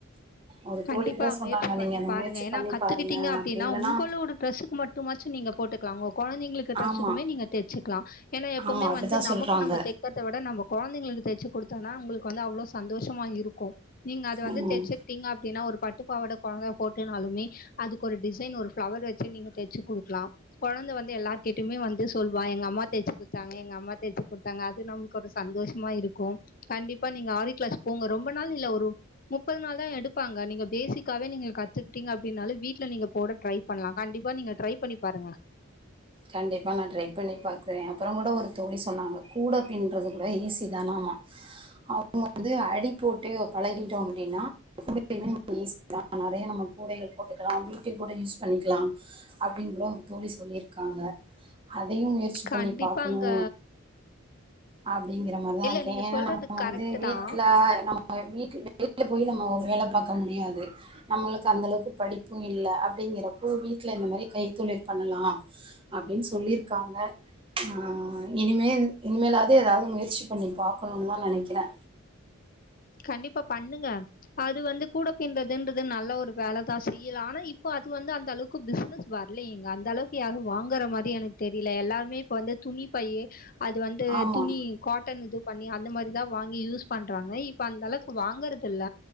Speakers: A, on the right; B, on the left.
A: ஒரு
B: கண்டிப்பா
A: தோழி கூட
B: முயற்சி
A: சொன்னாங்க
B: பண்ணி
A: நீங்க அத
B: பாருங்க
A: முயற்சி
B: ஏன்னா
A: பண்ணி
B: கத்துக்கிட்டீங்க
A: பாருங்க
B: அப்டின்னா
A: அப்டி இல்லன்னா
B: உங்களோட ட்ரஸ்ஸுக்கு மட்டுமாச்சு நீங்க போட்டுக்கலா ஒங்க கொழந்தைங்களுக் கு ட்ரஸுக்குமே
A: ஆமா
B: நீங்க தெச்சுக்கலா ஏனா எப்பவுமே
A: ஆமா அப்டிதா
B: வந்து நமக்கு
A: சொல்றாங்க
B: நம்ம தக் கறத விட நம்ம கொழந்தைங்களுக்கு தச்சு குடுத்தோனா அவுங்களுக்கு வந்து அவ்ளோ சந்தோஷமா இருக்கு நீங்க அது வந்து
A: ம்
B: தச்சுகிட்டீங்க அப்டினா ஒரு பட்டுப்பாவாட கொழந்த போட்டேனாலுமே அதுக் ஒரு டிசைன் ஒரு ஃபிளவர் வச்சு நீங்க தச்சு குடுக்லா கொழந்த வந்து எல்லார்கிட்டயுமே வந்து சொல்வா எங்க அம்மா தச்சு குடுத்தாங்க எங்க அம்மா தச்சு குடுத்தாங்க அது நம் க்கு ஒரு சந்தோஷமா இருக்கு கண்டிப்பா நீங்க ஆரி கிளாஸ் போங்க ரொம்ப நாள் இல்ல ஒரு முப்பது நாள்தா எடு பாங்க நீங்க பேசிக்காவே நீங்க கத்துக்ட்டீங்க அப்டினாலு வீட்ல நீங்க போட ட்ரை பண்ணலா கண்டிப்பா நீங்க ட்ரை பண்ணி பாருங்க
A: கண்டிப்பா நா ட்ரை பண்ணி பாக்குறே அப்பறோ கூட ஒரு தோழி சொன்னாங்க கூட பின்றது கூட ஈஸி தானாமா அவுங்க வந்து அடி போட்டு பழகிட்டோ அப்டினா கூடயுமே வந்து ஈஸி தா நெறைய நம்ம கூடைகள் போட்டுக்கலா வீட்டுக் கூட யூஸ் பண்ணிக்கலா அப்டின் கூட ஒரு தோழி சொல்லிர்க்காங்க அதயு முயற் சி பண்ணி
B: கண்டிப்பா
A: பாக்கணு
B: அங்க
A: அப்டிங்கிற மாரிதா
B: இல்ல
A: இருக்கே
B: நீங்க
A: ஏன்னா
B: சொல்றது
A: நம்ம வந்து
B: கரெக்ட்
A: வீட்ல
B: தான்
A: நம் ம வீட்ல வெளில போய் நம்ம ஒரு வேல பாக்க முடியாது நம்மளுக்கு அந்த அளவுக்கு படிப்பு இல்ல அப்டிங்கிறப்போ வீட்ல இந்த மாரி கைத்தொழில் பண்ணலா அப்டின் சொல்லிர்க்காங்க ஆ இனிமேல் இனிமேலாவது ஏதாவது முயற்சி பண்ணி பாக்கணுனு தா நெனைக்கிறே
B: கண்டிப்பா பண்ணுங்க அது வந்து கூட பின்றதுன்றது நல்ல ஒரு வேலதா செய்யலா ஆனா இப்ப அது வந்து அந்த அளவுக்கு பிஸ்னஸ் வர்லயேங்க அந்த அளவுக்கு யாரு வாங்கற மாரி எனக்கு தெரில எல்லாருமே இப்ப வந்து துணி பையி அது வந்து
A: ஆமா
B: துணி காட்டன் இது பண்ணி அந்த மாரி தா வாங்கி யூஸ் பண்றாங்க இ இப்ப அந்த அளவுக்கு வாங்கறது இல்ல